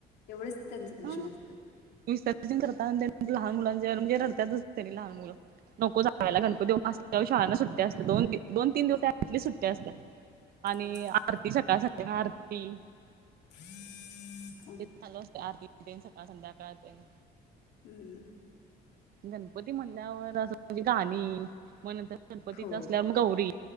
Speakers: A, on the left; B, on the right.
A: एवढंच त्यांच प्रश्न
B: हा
A: असतात.
B: विसर्जन करताना तेन, लहान मुलांच्या म्हणजे रडत्याच असतनी लहान मुलं. नको जायला गणपती अस, शाळांना सुट्ट्या असत्या, दोन दोन तीन दिवस सुट्ट्या असतात. आणि
A: तेच
B: आरती
A: तर.
B: सकाळ संध्याकाळ आरती.
A: <inaudible>
B: ते चालू असते, आरती देन सकाळ संध्याकाळ तेन.
A: <inaudible>
B: गणपती म्हणल्यावर असं, म्हणजे गाणी मग नंतर. गणपतीचा
A: हो
B: असल्या मग, गौरी